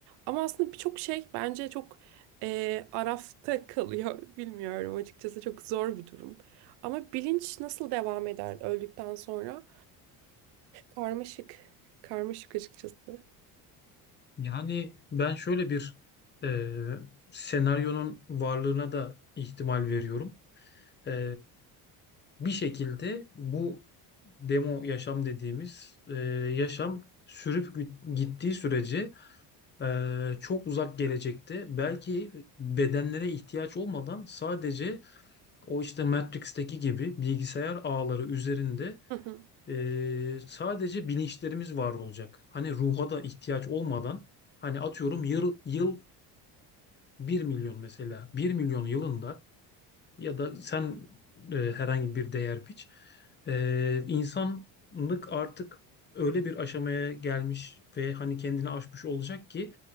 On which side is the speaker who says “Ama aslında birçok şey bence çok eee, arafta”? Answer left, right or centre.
Right